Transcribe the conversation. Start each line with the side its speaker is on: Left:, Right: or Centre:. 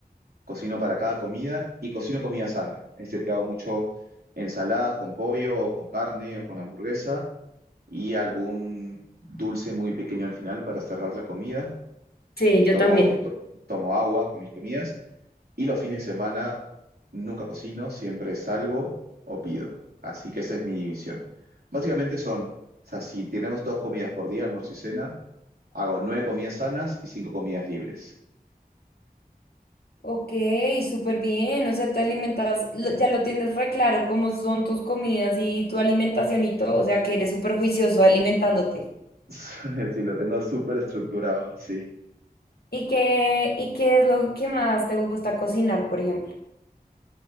Right: Cocino para cada comida y cocino comida sana. Es decir, que hago mucho ensaladas con pollo, o con carne o con hamburguesa y algún dulce muy pequeño al final para cerrar la comida.
Left: Sí,
Right: Y
Left: yo
Right: tomo,
Left: también.
Right: to- tomo agua con mis comidas. Y los fines de semana nunca cocino, siempre salgo o pido. Así que esa es mi división. Básicamente son, o sea, si tenemos dos comidas por día, almuerzo y cena, hago nueve comidas sanas y cinco comidas libres.
Left: Ok, súper bien. O sea, te alimentas, lo- ya lo tienes re claro cómo son tus comidas y tu alimentación y todo. O sea, que eres súper juicioso alimentándote.
Right: <laughs> Si lo tengo súper estructurado, sí.
Left: ¿Y qué, y qué es lo que más te gusta cocinar, por ejemplo?